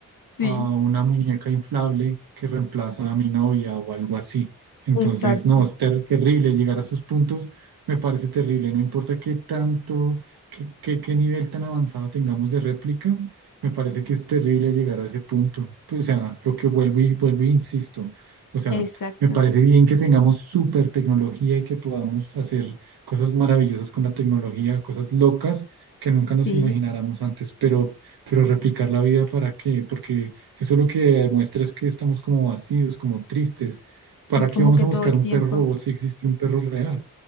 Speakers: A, on the left; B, on the right.
A: Sí,
B: a una muñeca inflable que reemplaza a mi novia o algo así. Entonces,
A: exacto,
B: no, es ter- terrible llegar a esos puntos, me parece terrible, no importa qué tanto, qué, qué, qué nivel tan avanzado tengamos de réplica, me parece que es terrible llegar a ese punto. Pues, o sea, lo que vuelvo y vuelvo e insisto. O sea,
A: exacto.
B: me parece bien que tengamos super tecnología y que podamos hacer cosas maravillosas con la tecnología, cosas locas que nunca nos
A: Sí,
B: imagináramos antes, pero pero replicar la vida ¿para qué? Porque eso lo que demuestra es que estamos como vacíos, como tristes. ¿Para
A: sí, como
B: qué vamos
A: que
B: a
A: todo
B: buscar
A: el
B: un
A: tiempo.
B: perro robot si existe un perro real?